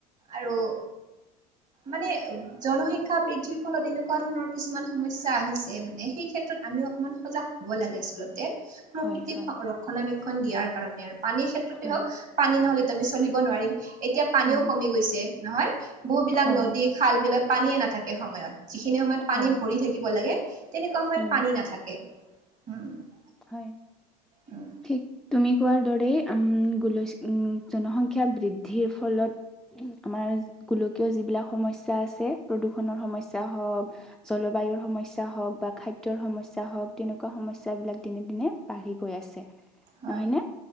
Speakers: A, on the right; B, in the centre.
A: আৰু <unintelligible> মানে জনসংখ্যা বৃদ্ধিৰ ফলত এনেকুৱা ধৰণৰ <unintelligible> কিছুমান সমস্যা আহিছে মানে, সেই ক্ষেত্ৰত আমি অকনমান সজাগ হ'ব লাগে আচলতে। <unintelligible> প্ৰকৃতিক
B: হয়, হয়,
A: <unintelligible> ৰক্ষণাৱেক্ষণ দিয়াৰ কাৰণে আৰু। পানীৰ ক্ষেত্ৰতে
B: হয়,
A: হওক। পানী নহলেতো আমি চলিব নোৱাৰিম। এতিয়া পানীও
B: উম,
A: কমি গৈছে নহয়? বহু বিলাক
B: হয়,
A: নদী <unintelligible> খাল-বিলত পানীয়ে নাথাকে সময়ত। যিখিনি সময়ত পানী
B: হয়,
A: ভৰি থাকিব লাগে <unintelligible> তেনেকুৱা সময়ত
B: উম,
A: পানী নাথাকে। উম! <unintelligible>
B: হয়।
A: উম
B: ঠিক তুমি কোৱাৰ দৰেই উম! <unintelligible> উম! জনসং জনসংখ্যা বৃদ্ধিৰ ফলত <unintelligible> উম! আমাৰ গোলকীয় যিবিলাক সমস্যা আছে, প্ৰদূষণৰ সমস্যা হওক <unintelligible> জলবায়ুৰ সমস্যা হওক <unintelligible> বা খাদ্যৰ সমস্যা হওক, তেনেকুৱা সমস্যাবিলাক দিনে-দিনে বাঢ়ি গৈ আছে। <unintelligible>
A: হয়
B: নহয়নে?